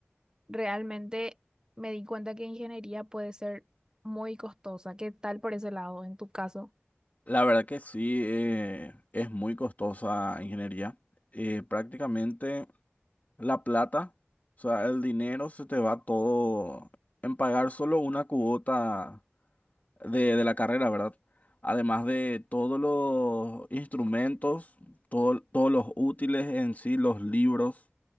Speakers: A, on the right (about 20°); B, on the left (about 40°).
A: realmente me di cuenta que ingeniería puede ser muy costosa. ¿Qué tal por ese lado en tu caso?
B: La verdad que sí, eh, es muy costosa ingeniería. Eh, prácticamente... la plata, o sea, el dinero se te va todo en pagar solo una cuota de, de la carrera, ¿verdad? Además de todos los instrumentos, todo- todos los útiles en sí, los libros,